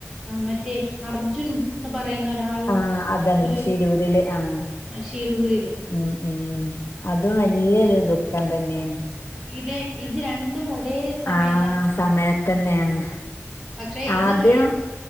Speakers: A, on the right; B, on the left.
A: മറ്റേ അർജുൻന്ന് പറയുന്ന ഒരാള്
B: ആഹ അതന്നെ
A: ഒരു
B: ഷിരൂരില് ആഹ
A: ശിരൂരില്
B: ഉം ഉം അതും വലിയൊരു ദുഃഖം ദുഃഖം തന്നെയാണ്
A: ഇതേ ഇത് രണ്ടും ഒരേ സമയത്താ
B: ആസമയത്തന്നെയാണ്
A: പക്ഷെ ഇത്
B: ആദ്യം
A: കഴിഞ്ഞ്